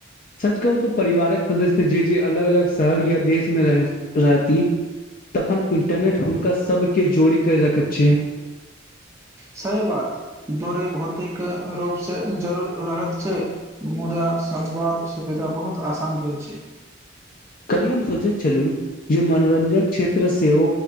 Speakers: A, on the left (about 45°); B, on the right (about 15°).
A: सच कहु तो परिवारक सदस्य जे-जे अलग-अलग शहर या देश मे रहै, रहति तखन इन्टरनेट हुनका सब के जोड़ी के रखैत छै।
B: सैए बात दूरे भौतिक रूप से जरूर रहत छै, मुदा संवाद सुविधा बहुत असान भेल छै।
A: कली हम सोचैत छलु जे मनोरंजक क्षेत्र सेहो